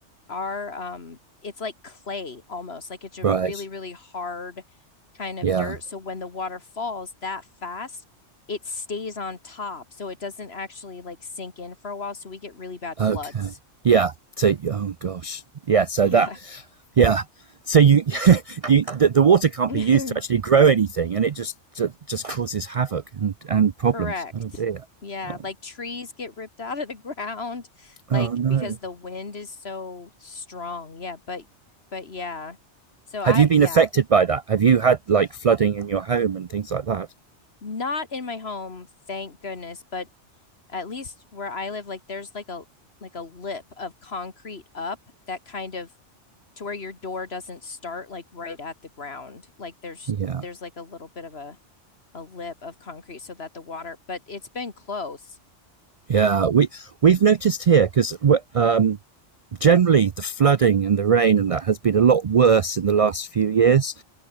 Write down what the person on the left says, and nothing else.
our um it's like clay almost like it's a
really really hard kind of
dirt so when the water falls that fast it stays on top so it doesn't actually like sink in for a while so we get really bad
floods
yeah
<laughs>
correct
yeah
like trees get ripped out of the <laughs> ground like
because the wind is so strong yeah but but yeah so
I
yeah
not in my home thank goodness but at least where I live, like there's like a like a lip of concrete up that kind of to where your door doesn't start like right at the ground. Like there's
there's like a little bit of a a lip of concrete so that the water, but it's been close.